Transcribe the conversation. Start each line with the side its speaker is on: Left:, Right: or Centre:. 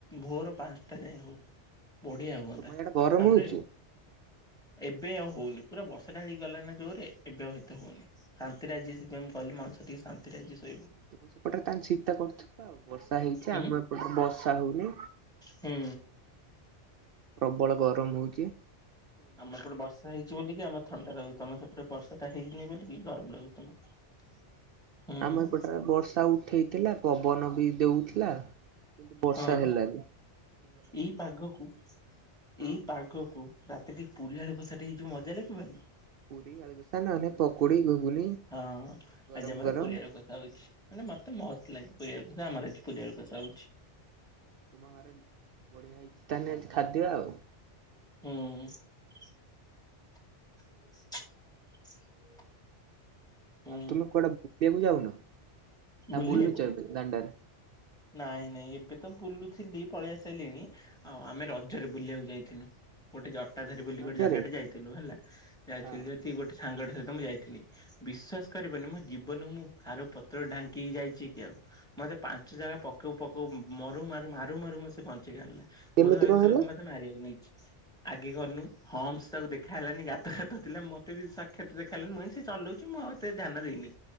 Centre: ଭୋର ପାଞ୍ଚଟା ଯାଏ ହଉ। ବଢିଆ ହୁଅନ୍ତା
Right: ତୁମ ଇଆଡେ ଗରମ
Centre: ତାପରେ
Right: ହଉଛି?
Centre: ଏବେ ଆଉ ହଉନି ପୁରା ବର୍ଷା ଟା ହେଇଗଲାନ ଜୋରରେ ଏବେ ଆଉ ଏତେ ହଉନି। ଆ ଶାନ୍ତିରେ ଆଜି ସେଥିପାଇଁ ଗଲି ମଣିଷ ଟିକେ ଶାନ୍ତିରେ ଆଜି ଶୋଇିବ।
Right: ତମ ସେପଟରେ ତାେ ଶୀତ କରୁଥିବ ଆଉ ବର୍ଷା ହେଇଛି
Centre: ହୁଁ
Right: ଆମ ଏପଟେ ବର୍ଷା ହଉନି।
Centre: ହୁଁ
Right: ପ୍ରବଳ ଗରମ ହଉଚି।
Centre: ଆମର ଏପଟେ ବର୍ଷା ହେଇଛି ବୋଲି କି ଆମ ଥଣ୍ଡା ରାଗୁଛି। ତମ ସେପଟେ ବର୍ଷା ଟା ହେଇନି ବୋଲିଲ କିି ଗ <unintelligible> ହୁଁ
Right: ଆମେ ଏପଟରେ ବର୍ଷା ଉଠେଇଥିଲା ପବନ ବି ଦେଉଥିଲା। ବର୍ଷା
Centre: ହଁ
Right: ହେଲାଣିି।
Centre: ଏଇ ପାଗକୁ
Right: ହଁ
Centre: ଏଇ ପାଗକୁ ରା ତି ରେ ଟିକେ ପୁରୀ ଆଳୁ କସା ଟେ ହେଇଥିବ ମଜା ଲାଗିବନି।
Right: ପୁରୀ ଆଳୁ କସା ନନେ ପକୁଡି ଘୁଗୁନି।
Centre: ହଁ
Right: ଗରମ
Centre: ଆଜି ଆମର
Right: ଗରମ
Centre: ପୁରୀ ଆଳୁ କସା ହଉଛି ମାନେ ମତେ ମସ୍ତ ଲାଗେ। ପୁରୀ ଆଳୁ କସା ଆମର ଆଜି ପୁରୀ ଆଳୁ କଷା ହଉଛି।
Right: ତୁମ ଘରେ ବଢିଆ ହେଇଛି ତା ହେଲେ ଆଜି ଖାଦ୍ୟ ଆଉ।
Centre: ହୁଁ। <unintelligible> ହୁଁ
Right: ଆଉ ତୁମେ କୁଆଡେ ବୁଲିବାକୁ ଯାଉନ? ନା
Centre: ବୁଲିବାକୁ
Right: ବୁଲୁଛ ଏବେ ଦାଣ୍ଡରେ
Centre: ନାଇଁ ନାଇଁ ଏବେ ତ ବୁଲୁ ଥିଲି ପଳେଇ ଆସାରିଲିଣି ଆଉ ଆମେ ରଜରେ ବୁଲିବାକୁ ଯାଇଥିନୁ ଗୋଟେ ଜ କଟା ଧରି ବୋଲି
Right: ରଜରେ
Centre: ଗୋଟେ ଜାଗାଟା ଯାଇଥିଲୁ ହେଲା। ଯାଇଥିଲୁ
Right: ହଁ
Centre: ଯଦି ଗୋଟେ ସାଙ୍ଗଟେ ତ ମୁଁ ଯାଇଥିଲି ବିଶ୍ୱାସ କରିବନି ମୋ ଜୀବନକୁ ମୁଁ ସାରୁ ପତ୍ର ଢାଙ୍କି କି ଯାଇଛି କି ଆଉ ମତେ ପାଞ୍ଚ ଜାଗା ପକୋଉ ପକୋଉ ମରୁ ମାରୁ ମାରୁ ମାରୁ ମତେ ସେ ବଞ୍ଚେଇକି ଆଣିଲା।
Right: କେମିତି
Centre: ମୁଁ ତ ଭାବିଥିଲି
Right: କଣ ହେଲା?
Centre: ମତେ ମତେ ମାରିବାକୁ ନେଇଚି। ଆଗେ ଗନୁ ହମ୍ପସ୍ ତାକୁ ଦେଖା ହେଲାନି ଗାତ ଗାତ ଥିଲା ମତେ ବି ସାକ୍ଷାତ ଦେଖାହେଲାନି। ମୁଁ ଭାବିନି ସେ ଚଲୋଉଚି ମୁଁ ଆଉ ଏତେ ଧ୍ୟାନ ଦେଇନି।